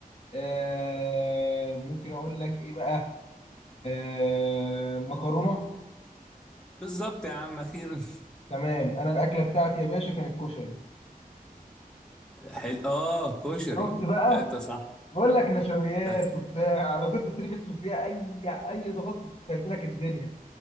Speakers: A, on the left; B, in the centre.
A: آه، ممكن أقول لك إيه بقى آه، مكرونة
B: بالظبط يا عم اخيرا
A: تمام أنا الأكلة بتاعتي يا باشا كانت كشري
B: <laughs> حل... اه كشري
A: شفت بقى
B: لا انت صح
A: بقول لك نشويات
B: بس
A: وبتاع لو كنت بتري بتدخل فيها اي اي ضغط كنت سهلت لك الدنيا